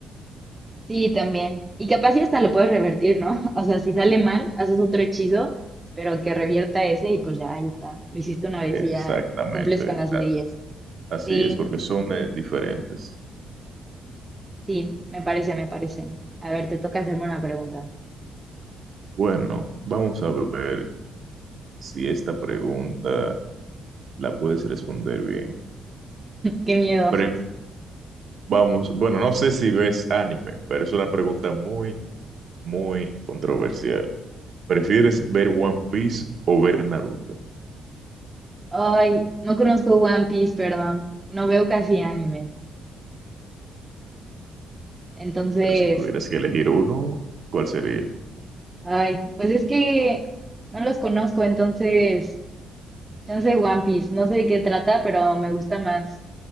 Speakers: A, on the right; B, on the right.
A: Sí, también. Y capaz y hasta lo puedes revertir, ¿no? <laughs> O sea, si sale mal, haces otro hechizo, pero que revierta ese y pues ya, ahí está. Lo hiciste una vez
B: Exactamente,
A: y ya cumples con las
B: as-
A: leyes.
B: así
A: Sí,
B: es, porque son eh, diferentes.
A: sí, me parece, me parece. A ver, te toca hacerme una pregunta.
B: Bueno, vamos a ver. si esta pregunta la puedes responder bien.
A: Qué miedo.
B: Pero vamos, bueno, no sé si ves anime, pero es una pregunta muy, muy controversial. ¿Prefieres ver One Piece o ver Naruto?
A: Ay, no conozco One Piece, perdón. No veo casi anime. Entonces,
B: Pero si tuvieras que elegir uno, ¿cuál sería?
A: Ay, pues es que no los conozco, entonces, chance One Piece, no sé de qué trata, pero me gusta más